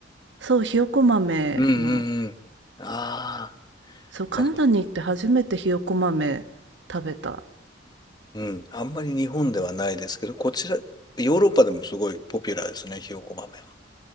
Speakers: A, on the right; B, on the left.
A: そう、ひよこ豆の、
B: うんうんうん。あ
A: そう、カナダに行って初めてひよこ豆食べた。
B: あ、わかる。うん。あんまり日本ではないですけど、こちら、ヨーロッパでもすごいポピュラーですね、ひよこ豆は。